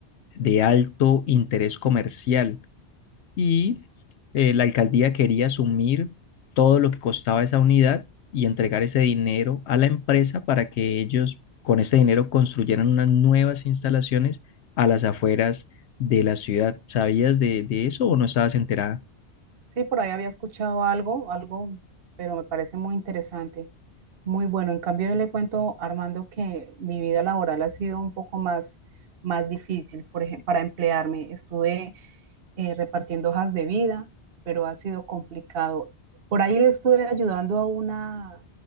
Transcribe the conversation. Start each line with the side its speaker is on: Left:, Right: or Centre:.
Left: de alto interés comercial y eh, la alcaldía quería asumir todo lo que costaba esa unidad y entregar ese dinero a la empresa para que ellos con ese dinero construyeran unas nuevas instalaciones a las afueras de la ciudad. ¿Sabías de, de eso o no estabas enterada?
Right: Sí, por ahí había escuchado algo, algo, pero me parece muy interesante, muy bueno. En cambio, yo le cuento, Armando, que mi vida laboral ha sido un poco más, más difícil. Por ejemplo, para emplearme estuve eh, repartiendo hojas de vida, pero ha sido complicado. Por ahí le estuve ayudando a una